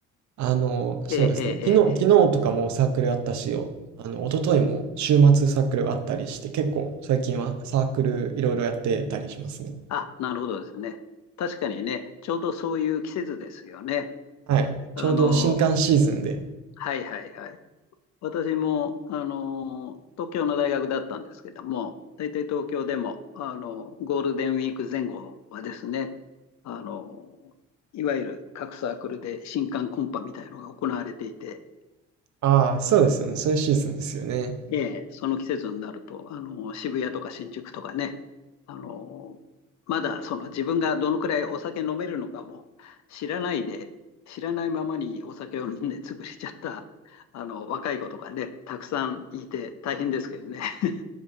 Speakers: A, on the right; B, on the left.
A: あの、そうですね、
B: ええ、ええ、
A: 昨日、
B: ええ。
A: 昨日とかもサークルあったし、おあの、一昨日も週末サークルがあったりして、結構最近はサークルいろいろやってたりしますね。
B: あ、なるほどですね。確かにね、ちょうどそういう季節ですよね。
A: はい、ちょうど新刊シーズンで、
B: あの、はいはいはい。私も、あの、東京の大学だったんですけども、大体東京でも、あの、ゴールデンウィーク前後はですね、あの、いわゆる各サークルで新歓コンパみたいなのが行われていて、
A: ああ、そうですよね、
B: あの、
A: そういうシーズンですよね。
B: ええ、その季節になると、あの、渋谷とか新宿とかね、あの、まだその自分がどのくらいお酒飲めるのかも知らないで、知らないままにお酒を飲んで <laughs> 潰れちゃった、あの、若い子とかね、たくさんいて大変ですけどね。<laughs>